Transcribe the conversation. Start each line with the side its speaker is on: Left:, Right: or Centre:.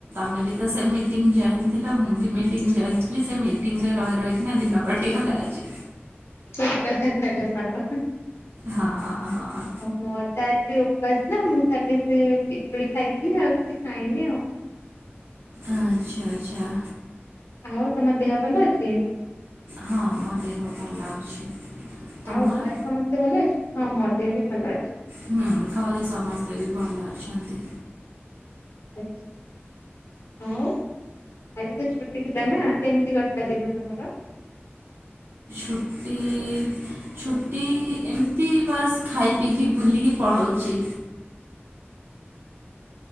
Right: ତମେବି ତ ସେ ମିଟିଙ୍ଗ ଜଏନ୍ ଥିଲ ମୁଁ ବି ମିଟିଂ ଜଏନ୍ ଥିଲି ସେ ମିଟିଂରେ ରହି ରହିକିନା ଦିନ କଟିଗଲା ଆଜି।
Left: ଠିକ କଥା ଖଇଲେ ସାଙ୍ଗ।
Right: ହଁ
Left: <inaudible>
Right: ହଁ
Left: ମୋରତ ଆଜି ବାସ ନା ମୁଁ ଖାଲି ସେ ପିଜୁଳି ଖାଇଥିଲି। ଆଉ କିଛି ଖାଇନି ଆଉ।
Right: ଆଛା ଆଛା।
Left: ଆଉ ତମ ଦେହ ଭଲ ଅଛି?
Right: ହଁ ମୋ ଦେହ ଭଲ ଅଛି ତମର?
Left: ଆଉ ଘରେ ସମସ୍ତେ ଭଲ ଅଛି ହଁ ମୋ ଦେହ ବି ଭଲ ଅଛି।
Right: ହୁଁ ଘରେ ସମସ୍ତେ ବି ଭଲ ଅଛନ୍ତି।
Left: ଆଛା ଆଉ ଆଜି ତ ଛୁଟି ଥିଲା ନା କେମିତି କଟିଲା ଦିନ ତମର?
Right: ଛୁଟି ଛୁଟି ଏମିତି ବାସ୍ ଖାଇ ପିଇକି ବୁଲିକି ପଳାଉଚି।